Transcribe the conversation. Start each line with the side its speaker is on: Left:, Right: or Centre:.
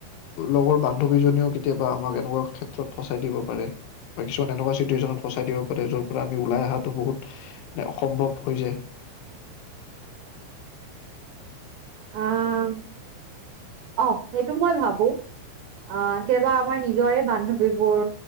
Left: লগৰ বান্ধৱীজনীও কেতিয়াবা আমাক এনেকুৱা ক্ষেত্ৰত ফচাই দিব পাৰে, বা কিছুমান এনেকোৱা চিটোয়েছন ফচাই দিব পাৰে যৰ পৰা আমি ওলাই অহাটো বহুত অসম্ভৱ হৈ যায়
Right: আহ অ সেইটো মই ভাবো আহ কেতিয়াবা আমাৰ নিজৰে বান্ধৱীবোৰ